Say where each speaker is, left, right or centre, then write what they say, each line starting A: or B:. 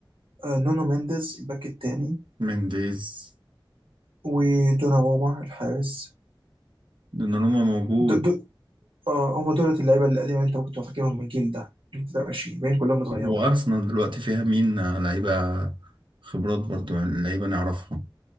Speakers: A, on the right; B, on the right.
A: آه نونو مينديز الباك التاني
B: منديز
A: ودوناروما الحارس
B: دوناروما موجود
A: دول دول آه هم دول اللعيبه القديمه اللي انت كنت فاكرهم من الجيل ده 23 باقيين كلهم اتغيروا
B: وأرسنال دلوقتي فيها مين لعيبة خبرات برضو يعني لعيبة نعرفها